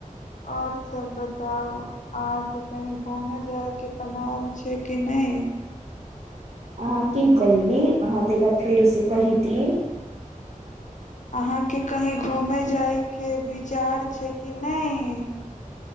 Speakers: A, on the left; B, on the right.
A: आओर सब बताउ अहाँके कही घुमे जाइके प्लान छै कि नहि
B: अहाँ की कहली अहाँ तऽ एक बार फेर उे कही की
A: अहाँके कहीं घूमेय जायके विचार छै कि नहि